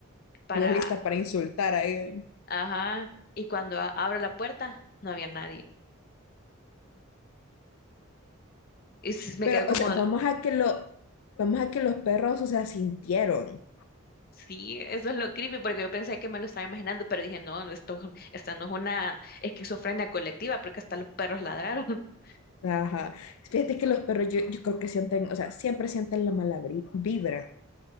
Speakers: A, on the left (about 45°); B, on the left (about 85°).
A: para...
B: Y vos lista para insultar ahí.
A: Ajá. Y cuando a- abro la puerta, no había nadie. Y s- me
B: Pero,
A: quedo como,
B: o sea, vamos a que lo, vamos a que los perros, o sea, sintieron.
A: sí, eso es lo creepy, porque yo pensé que me lo estaba imaginando, pero dije, no, no, esto, esta no es una esquizofrenia colectiva, porque hasta los perros ladraron. <laughs>
B: Ajá. Fíjate que los perros, yo, yo creo que sienten, o sea, siempre sienten la mala bri- vibra.